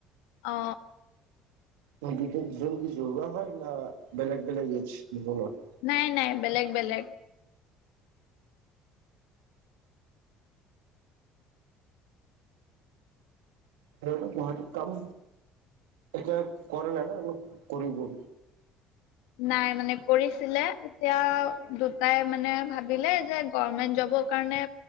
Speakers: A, on the left; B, on the right.
A: অঁ।
B: অ দুজ দুজন কি জৰুৱা হয় না বেলেগ বেলেগ এইডচ দুজনৰ।
A: নাই নাই বেলেগ বেলেগ।
B: সিহঁতে গুৱাহাটীত কাম এতিয়া কৰে নাই না ওক কৰিব।
A: নাই মানে কৰিছিলে এতিয়া দুটাই মানে ভাবিলে যে গমেন্ট জবৰ কাৰণে